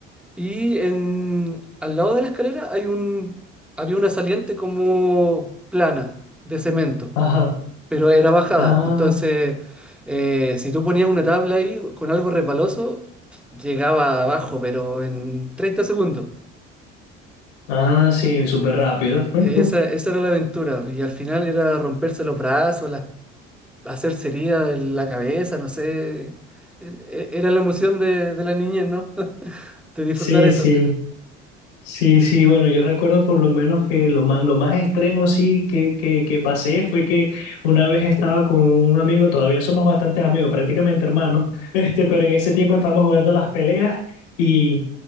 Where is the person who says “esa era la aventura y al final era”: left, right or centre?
Centre